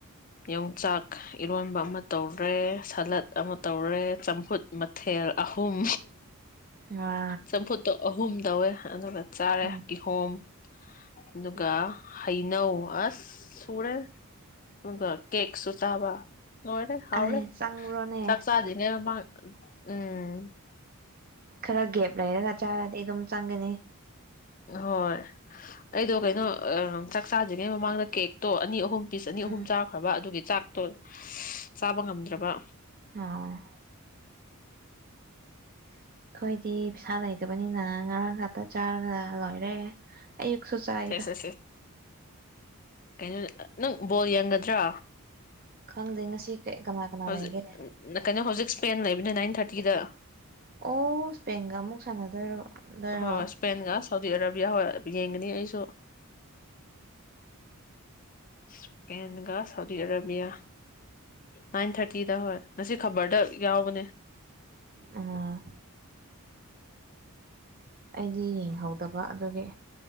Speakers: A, on the left; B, on the right.
A: ꯌꯣꯡꯆꯥꯛ ꯏꯔꯣꯟꯕ ꯑꯃ ꯇꯧꯔꯦ ꯁꯂꯠ ꯑꯃ ꯇꯧꯔꯦ ꯆꯝꯐꯨꯠ ꯃꯊꯦꯜ ꯑꯍꯨꯝ
B: ꯋꯥ
A: ꯆꯐꯠꯇ ꯑꯍꯨꯝ ꯇꯧꯋꯦ ꯑꯗꯨꯒ ꯆꯥꯔꯦ
B: ꯎꯝ
A: ꯀꯤꯍꯣꯝ ꯑꯗꯨꯒ ꯍꯩꯅꯧ ꯑꯁ ꯁꯨꯔꯦ ꯑꯗꯨꯒ ꯀꯦꯛꯁꯨ ꯆꯥꯕ ꯂꯣꯏꯔꯦ ꯍꯥꯎꯔꯦ
B: ꯑ ꯆꯥꯡꯉꯔ‌ꯣꯅꯦ
A: ꯆꯥꯛ ꯆꯥꯁꯤꯅꯦ ꯃ ꯎꯡ
B: ꯈꯔ ꯒꯦꯞ ꯂꯩꯔꯒ ꯆꯥꯔꯗꯤ ꯑꯗꯨꯝ ꯆꯪꯒꯅꯤ
A: ꯍꯣꯏ ꯑꯩꯗꯣ ꯀꯩꯅꯣ ꯆꯥꯛ ꯆꯥꯗ꯭ꯔꯤꯉꯩ ꯃꯃꯥꯡꯗ ꯀꯦꯛꯇꯣ ꯑꯅꯤ ꯑꯍꯨꯝ ꯑꯣꯛ ꯄꯤꯁ ꯑꯅꯤ
B: ꯎꯝ
A: ꯑꯍꯨꯝ ꯆꯥꯈ꯭ꯔꯕ ꯑꯗꯨꯒꯤ ꯆꯥꯛꯇꯣ ꯆꯥꯕ ꯉꯝ ꯅꯠꯇ꯭ꯔꯒ
B: ꯑ ꯑꯩꯈꯣꯏꯗꯤ ꯄꯩꯁꯥ ꯂꯩꯇꯕꯅꯤꯅ ꯉꯔꯥꯡ ꯉꯥꯛꯇ ꯆꯥꯔꯒ ꯂꯣꯏꯔꯦ ꯑꯌꯨꯛꯁꯨ ꯆꯥꯏꯗ
A: ꯁꯦꯦꯁ ꯀꯩꯅꯩꯅ ꯅꯪ ꯣꯔꯤ ꯍꯪ ꯖꯥ
B: ꯈꯪꯗꯦ ꯉꯁꯤ ꯀꯩ ꯀꯅꯥ ꯀꯅꯥ
A: ꯍꯧꯖꯤꯛ
B: ꯂꯩꯒꯦ
A: ꯍꯧꯖꯤꯛ ꯁꯄꯥꯏꯟ ꯂꯩꯕꯅꯤꯅꯥ ꯊꯥꯔꯇꯤꯗ
B: ꯑꯣ ꯏꯁꯄꯦꯟꯒ ꯑꯃꯨꯛ ꯁꯥꯟꯅꯗꯣꯏꯔꯣ ꯗꯣꯏꯔꯣ
A: ꯍ ꯏꯁꯄꯦꯦꯟꯒꯥꯁ ꯁꯥꯎꯗꯤ ꯑꯔꯥꯕꯤꯌꯥ ꯍ ꯌꯦꯡꯒꯅꯤ ꯑꯩꯁꯨ ꯁꯄꯦꯟꯒ ꯁꯥꯎꯗꯤ ꯑꯔꯥꯕꯤꯌꯥ ꯅꯥꯏꯟ ꯊꯥꯔꯇꯤꯗ ꯍꯣꯏ ꯉꯁꯤ ꯈꯕꯔꯗ ꯌꯥꯎꯕꯅꯦ
B: ꯑꯥ ꯑꯩꯗꯤ ꯌꯦꯡꯍꯧꯗꯕ ꯑꯗꯨꯒꯤ